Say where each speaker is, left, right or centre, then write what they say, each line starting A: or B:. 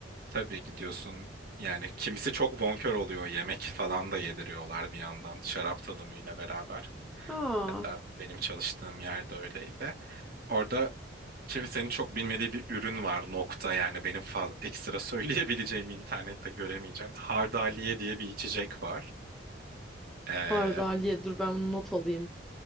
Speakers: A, on the right; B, in the centre.
A: Tabii gidiyorsun yani kimisi çok bonkör oluyor. Yemek falan da yediriyorlar bir yandan şarap tadımıyla beraber.
B: Aa,
A: Hatta benim çalıştığım yerde öyleydi. Orada kimsenin çok bilmediği bir ürün var nokta yani benim fa- ekstra <laughs> söyleyebileceğim internette göremeyeceğim. Hardaliye diye bir içecek var. Ee,
B: Hardaliye dur ben bunu not alayım.